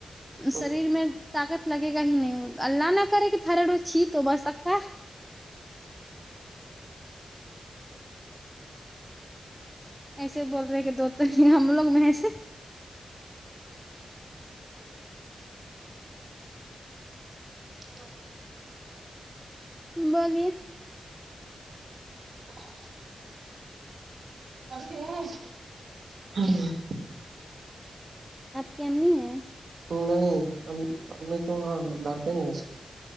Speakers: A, on the right; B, in the centre.
A: ہے
B: شریر میں طاقت لگے گا ہی نہیں اللہ نہ کرے کہ تھرڈو چھی توبہ استغفار ایسے بول رہے کہ دو تو نہیں ہم لوگ میں ایسے
A: ہاں
B: بغیر
A: <unintelligible> <unintelligible>
B: آپ کی امی ہیں
A: نہیں امی تو ہاں ڈانٹیں گ